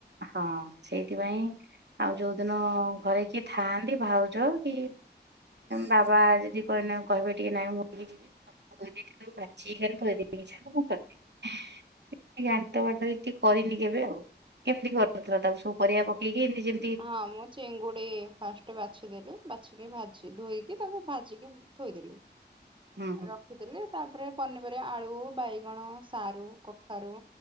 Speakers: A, on the right; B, on the right.
A: ହଁ ସେଇଥିପାଇଁ ଆଉ ଯୋଉଦିନ ଘରେ କିଏ ଥାଆନ୍ତି ଭାଉଜ କି ବାବା ଯଦି କଇନା କହିବେ ଟିକେ ନାଇଁ ମୁଁ ଟିକେ ଯି <unintelligible> ଗାଣ୍ଟ ଫାଣ୍ଟ ଏଠି କରିନି କେବେ ଆଉ କେମିତି କରଥିଲ ତାକୁ ସବୁ ପରିବା ପକେଇକି ଏମିତି ଯେ
B: ହଁ ମୁଁ ଚିଙ୍ଗୁଡି ଫାଷ୍ଟ୍ ଗୋଟେ ବାଛିଦେଲି ବାଛିକି ଭାଜି ଧୋଇକି ତାକୁ ଭାଜିକି ଥୋଇଦେଲି
A: ହୁଁ ହୁଁ
B: ରଖିଦେଲି ତାପରେ ପନିପରିବା ଆଳୁ ବାଇଗଣ ସାରୁ କଖାରୁ